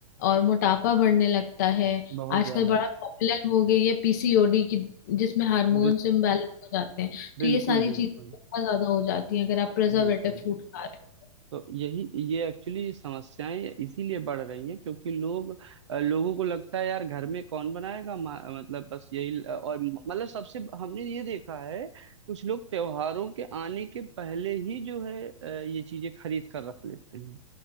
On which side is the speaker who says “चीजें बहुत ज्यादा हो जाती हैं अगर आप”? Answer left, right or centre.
Left